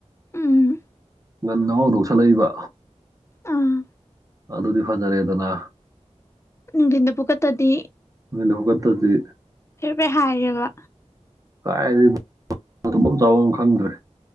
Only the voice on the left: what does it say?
ꯎꯝ
ꯑꯥ
ꯅꯨꯡꯗꯤꯟ ꯄꯨꯒ ꯇꯗꯤ
ꯐꯦꯔꯐꯩ ꯍꯥꯏꯌꯦꯦꯕ